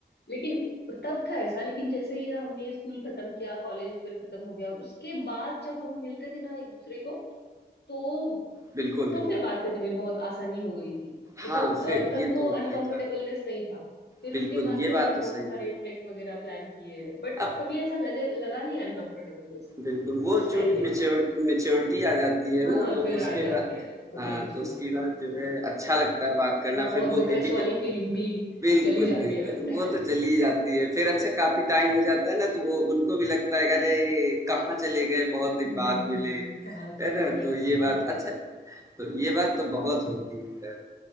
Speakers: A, on the left; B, on the right.
A: लेकिन तब था ऐसा लेकिन जैसे ही हमने स्कूल खत्म किया कॉलेज फिर खत्म हो गया और उसके बाद जब हम मिलते थे ना एक दूसरे को तो
B: बिल्कुल, बिल्कुल।
A: तो फिर बात करने में बहुत आसानी हो गई थी मतलब
B: हाँ,
A: अ,
B: फिर
A: तब
B: ये तो
A: वो
B: होता
A: अनकंफर्टेबलनेस
B: ही था।
A: नहीं था फिर
B: बिल्कुल,
A: उसके बाद
B: ये
A: तो
B: बात
A: हमने
B: तो
A: बहुत
B: सही
A: सारे
B: है।
A: ट्रैक वगैरह प्लान किए बट
B: अब
A: कभी ऐसा लगे लगा नहीं अनकंफर्टेबलनेस
B: बिल्कुल, वो
A: उस
B: चूँकि
A: टाइम पे जो
B: मैच्योर
A: था
B: मैच्योरिटी आ जाती है
A: हाँ
B: ना, तो
A: फिर
B: उसके
A: आ जाती
B: बाद
A: है तो
B: हाँ,
A: फिर कुछ
B: तो
A: नहीं
B: उसके
A: लगता
B: बाद
A: हम्म।
B: जो है अच्छा लगता है बात करना,
A: हाँ, और
B: फिर वो
A: वो क्रश
B: हेजिटे
A: वाली फीलिंग भी
B: बिल्कुल,
A: चली जाती
B: बिल्कुल,
A: है वैसे
B: वो तो चली जाती है। फिर अच्छा काफ़ी टाइम हो जाता है ना, तो वो उनको भी लगता है कि अरे! कहाँ चले गए, बहुत दिन
A: हम्म
B: बाद मिले।
A: कहाँ चले
B: है ना? तो
A: गए
B: ये
A: हाँ
B: बात अच्छा, तो ये बात तो बहुत होती है।